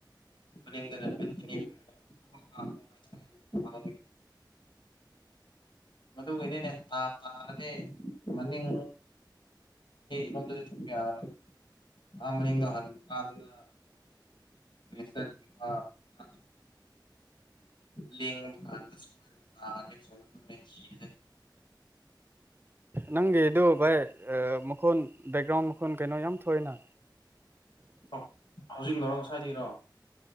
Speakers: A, on the left; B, on the right.
A: ꯃꯗ ꯕꯦꯜꯀꯅꯤ ꯑꯣꯏꯔꯒ ꯍ ꯍ ꯇ ꯃꯗꯨꯒꯤꯅꯤꯅꯦ ꯇꯥ ꯇꯥꯔꯅꯦ ꯃꯅꯤꯡ ꯅꯤꯣꯝꯗꯗꯤ ꯊꯣꯛꯄꯅ ꯑꯥ ꯃꯤꯡꯗꯣ ꯍꯟꯕ ꯀꯥꯟꯗ ꯦꯁꯝꯕ ꯀ ꯂ ꯀꯥꯟꯗꯁꯨ ꯑꯣꯏꯔ ꯇꯥꯒꯦ
B: ꯅꯪꯒꯤꯗꯨ ꯚꯥꯏ ꯃꯈꯣꯟ ꯕꯦꯛꯒ꯭ꯔꯥꯎꯟ ꯃꯈꯣꯟ ꯀꯩꯅꯣ ꯌꯥꯝ ꯊꯣꯏꯅ
A: ꯑꯣ ꯍꯧꯖꯤꯛꯅꯔꯣ ꯉꯁꯥꯏꯗꯒꯤꯔꯣ